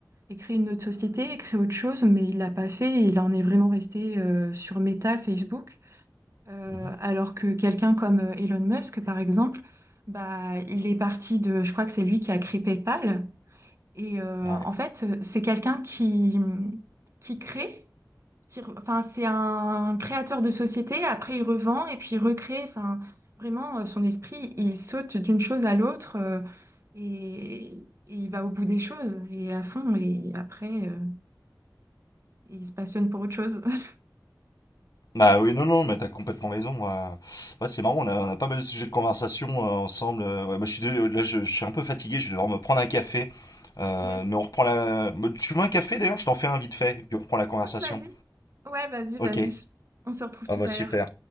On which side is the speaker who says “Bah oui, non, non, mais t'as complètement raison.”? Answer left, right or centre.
Left